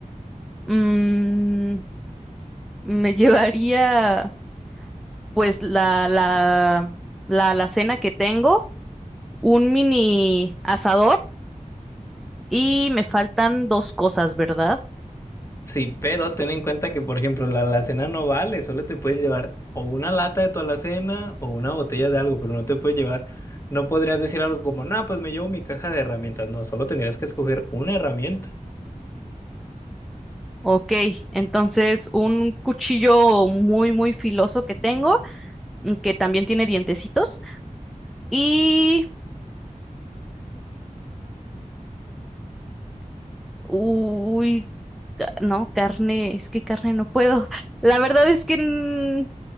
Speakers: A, in the centre; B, on the left (about 20°).
A: Mm, me <laughs> llevaría pues la, la, la alacena que tengo, un mini asador y me faltan dos cosas, ¿verdad?
B: Sí, pero ten en cuenta que, por ejemplo, la alacena no vale, solo te puedes llevar o una lata de tu alacena o una botella de algo, pero no te puedes llevar, no podrías decir algo como, no, pues me llevo mi caja de herramientas, no, solo tendrías que escoger una herramienta,
A: Ok, entonces un cuchillo muy, muy filoso que tengo, mm, que también tiene dientecitos y... Uy, ca- no, carne, es que carne no puedo. <laughs> La verdad es que mm,